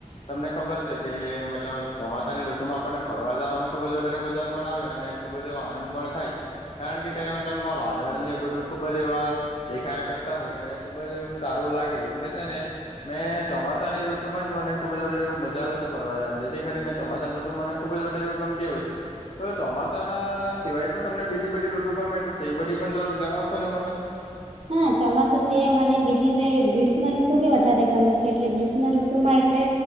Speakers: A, on the left (about 55°); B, on the right (about 55°).
A: તમને ખબર છે કે મતલબ ચોમાસાની ઋતુમાં આપણને ફરવા જવાનું ખુબ જ વધારે મજા પણ આવે અને ખુબ જ એવો આનંદ પણ થાય. કારણ કે ત્યારે મતલબમાં વાદળને એવું બધું ખુબ જ એવા દેખાયા કરતા હોય અને ખુબ જ એવું સારું લાગે એટલે છે ને મેં ચોમાસાની ઋતુમાં જ મને ખુબ જ વધારે એવુ મજા આવે છે ફરવા જવાની જેથી કરીને ચોમાસાની ઋતુ મને ખુબ જ વધારે એવું ગમતી હોય છે. તો ચોમાસાના સિવાય પણ તમને બીજી બધી ઋતુ ગમે તો એ બધી પણ થોડક જણાવશો ને મને.
B: હા ચોમાસા છે એ મને બીજી છે ગ્રીષ્મઋતુ બી વધારે ગમે છે એટલે ગ્રીષ્મઋતુમાં એટલે